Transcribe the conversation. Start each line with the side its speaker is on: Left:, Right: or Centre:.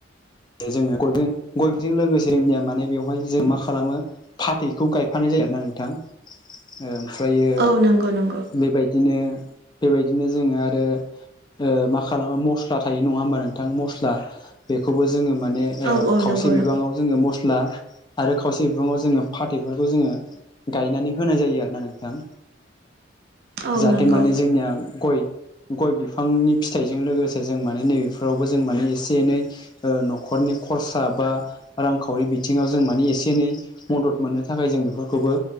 Left: दायो जोङो गइजों गइजों लोगोसे जोंनिया माने बेवहाय जों मा खालामो फाथैखौ गाइफानाय जायो आरोना नोंथां ओमफ्रायो
Right: औ नंगौ नंगौ
Left: बेबायदिनो बेबायदिनो जोङो आरो ओ मा खालामो मस्ला थायो नङा होमबा नोंथां मस्ला बेखौबो जोङो माने ओ
Right: औ औ
Left: खावसे
Right: नंगौ
Left: बिबाङाव
Right: नंगौ
Left: जोङो मस्ला आरो खावसे बिबाङाव जोङो फाथैफोरखौ जोङो गाइनानै होनाय जायो आरोना नोंथां
Right: औ
Left: जाहाथे
Right: नंगौ
Left: माने जोंनिया गय- गय बिफांनि फिथाइजों लोगोसे जों माने नैबेफोरावबो जों माने एसे एनै ओ न'खरनि खरसा बा रांखावरि बिथिङाव जों माने एसे एनै मदद मोननो थाखाय जों बेफोरखौबो